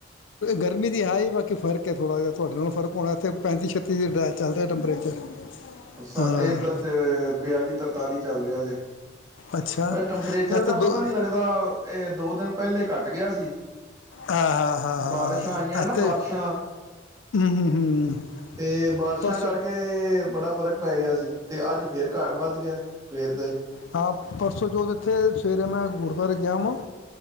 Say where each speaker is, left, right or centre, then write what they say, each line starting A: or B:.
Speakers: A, on the left; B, on the right.
A: ਗਰਮੀ ਦੀ ਹੈ ਹੀ ਬਾਕੀ ਫ਼ਰਕ ਥੋੜ੍ਹਾ ਜਿਹਾ ਤੁਹਾਡੇ ਨਾਲ਼ ਫਰਕ ਹੋਣਾ ਇੱਥੇ ਪੈਂਤੀ ਛੱਤੀ ਜ ਡ ਚੱਲ ਰਿਹਾ ਟੈਂਪਰੇਚਰ
B: ਸਾਡੇ
A: ਹਾਂ
B: ਇੱਧਰ ਤੇ ਬਿਆਲੀ ਤਰਤਾਲੀ ਚੱਲ ਰਿਹਾ ਜੇ
A: ਅੱਛਾ
B: ਉਹ ਟੈਂਪਰੇਚਰ
A: ਇੱਥੇ
B: ਦਾ
A: ਦੋ
B: ਪਤਾ ਨੀ ਲੱਗਦਾ ਇਹ ਦੋ ਦਿਨ ਪਹਿਲੇ ਘੱਟ ਗਿਆ ਸੀ
A: ਹਾਂ ਹਾਂ ਹਾਂ
B: ਬਾਰਿਸ਼ਾਂ ਆਈਆਂ
A: ਹਾਂ ਇੱਥੇ
B: ਨਾ ਬਾਰਿਸ਼ਾਂ
A: ਹੂੰ ਹੂੰ ਹੂੰ
B: ਤੇ ਬਾਰਸ਼ਾਂ
A: ਪਰਸੋਂ
B: ਕਰਕੇ ਬੜਾ ਫ਼ਰਕ ਪੈ ਗਿਆ ਸੀ ਤੇ ਅੱਜ ਫੇਰ ਘ ਵੱਧ ਗਿਆ ਸਵੇਰ ਦਾ ਹੀ
A: ਹਾਂ ਪਰਸੋਂ ਜੋਤ ਇੱਥੇ ਸਵੇਰੇ ਮੈਂ ਗੁਰਦੁਆਰੇ ਗਿਆ ਵਾਂ